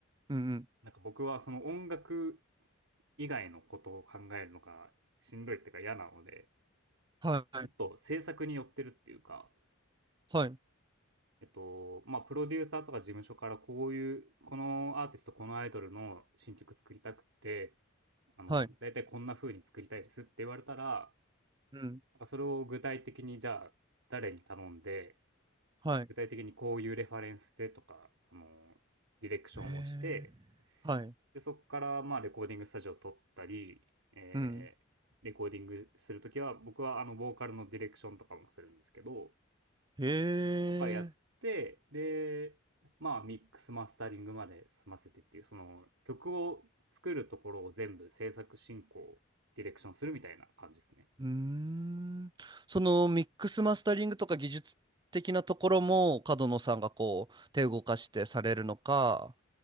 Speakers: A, on the right; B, on the right.
A: うんうん。
B: なんか僕はその音楽以外のことを考えるのがしんどいっていうか嫌なので、
A: はい。
B: もっと制作に寄ってるっていうか、
A: はい。
B: えっと、まあ、プロデューサーとか事務所からこういう、このアーティスト、このアイドルの新曲作りたくて、あの、
A: はい。
B: 大体こんな風に作りたいですって言われたら、
A: うん。
B: それを具体的にじゃあ誰に頼んで、
A: はい。
B: 具体的にこういうレファレンスでとか、あの、ディレクションをして、
A: へえ。はい。
B: で、そこからまあレコーディングスタジオを撮ったり、えーレコーディングするときは、
A: うん。
B: 僕はあの、ボーカルのディレクションとかもするんですけど、
A: へ
B: とかやって、
A: え。
B: で、まあミックスマスタリングまで済ませてっていう、その曲を作るところを全部制作進行、ディレクションするみたいな感じですね。
A: うーん。そのミックスマスタリングとか技術的なところも角野さんがこう手を動かしてされるのか、